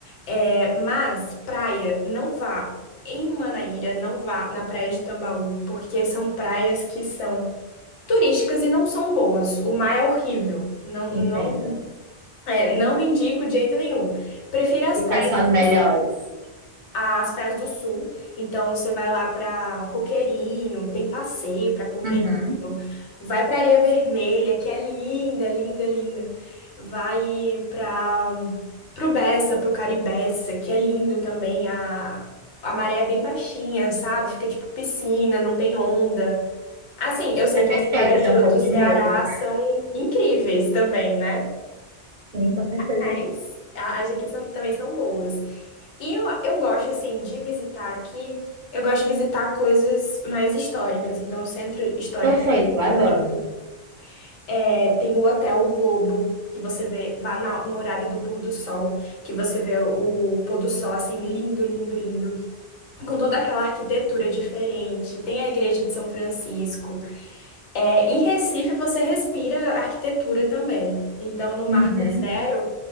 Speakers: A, on the left; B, on the right.
A: É, mas praia, não vá em Manaíra, não vá na praia de Tambaú, porque são praias que são turísticas e não são boas. O mar é horrível, não,
B: Entendo.
A: não é, não indico de jeito nenhum. Prefiro as
B: E quais
A: praias
B: são as melhores?
A: do, as praias do sul. Então você vai lá pra Coqueirinho, tem passeio pra Coqueirinho,
B: Uhum.
A: vai pra Areia Vermelha, que é linda, linda, linda. Vai para pro Bessa, pro Caribessa, que é lindo também. A, a maré é bem baixinha, sabe? Fica tipo piscina, não tem onda. Assim, eu sei
B: É perfeito,
A: que as praias
B: eu tenho
A: do
B: um pouco
A: do Ceará
B: de medo.
A: são incríveis também, né?
B: Sim, com certeza.
A: Mas a- as daqui são- também são boas. E eu, eu gosto, assim, de visitar aqui, eu gosto de visitar coisas mais históricas. Então, o centro histórico
B: Perfeito,
A: é
B: adoro.
A: bonito. É, tem o Hotel Globo, que você vê, vá na- no horário do pôr do sol, que você vê o pôr do sol, assim, lindo, lindo, lindo. Com toda aquela arquitetura diferente. Tem a Igreja de São Francisco. É, em Recife, você respira arquitetura também. Então, no Marco
B: Uhum.
A: Zero.